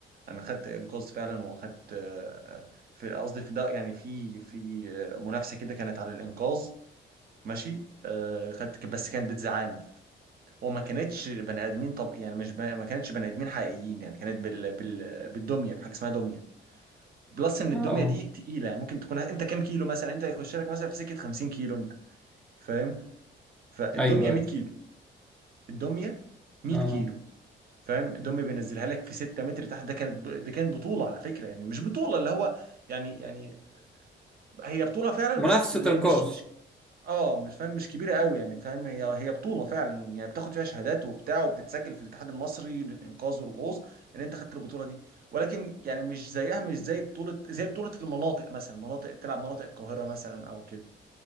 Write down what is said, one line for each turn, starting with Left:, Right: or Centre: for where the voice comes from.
Right: انا خدت انقاذ فعلا واخدت آه، في قصدي في ده يعني في في آه، منافسة كده كانت على الانقاذ ماشي آه، خدت بس كانت بتزعلني وما كانتش بني ادمين طب يعني مش ب... ما كانتش بني ادمين حقيقيين يعني كانت بال... بال... بالدميه بحاجه اسمها دميه بلس ان
Centre: اه
Right: الدميه
Centre: آه.
Right: دي تقيله يعني ممكن تكون انت كام كيلو مثلا انت هيخش لك مثلا في سكه 50 كيلو انت فاهم فالدميه
Centre: ايوه
Right: 100
Centre: أيوة.
Right: كيلو الدميه 100
Centre: اه
Right: كيلو فاهم الدميه بينزلها لك في 6 متر تحت ده كانت ب... ده كانت بطوله على فكره يعني مش بطوله اللي هو يعني يعني هي بطوله فعلا
Centre: منافسة
Right: بس اللي هي
Centre: انقاذ
Right: مش مش اه مش فاهم مش كبيره قوي يعني فاهم هي هي بطوله فعلا يعني بتاخد فيها شهادات وبتاع وبتتسجل في الاتحاد المصري للانقاذ والغوص ان انت خدت البطوله دي ولكن يعني مش زيها مش زي بطوله زي بطوله المناطق مثلا مناطق تلعب مناطق القاهره مثلا او كده